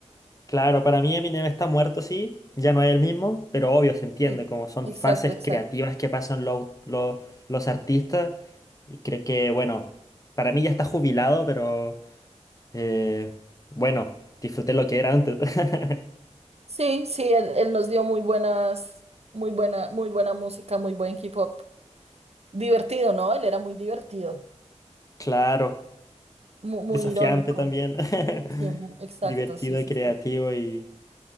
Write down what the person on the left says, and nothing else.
Claro, para mí Eminem está muerto, sí, ya no es el mismo, pero obvio se entiende,
como son
fases
creativas que pasan los, los, los artistas. Y creo que, bueno, para mí ya está jubilado, pero eh, bueno, disfruté lo que era antes. <laughs>
Claro,
desafiante
también, <laughs>
divertido
y creativo
y,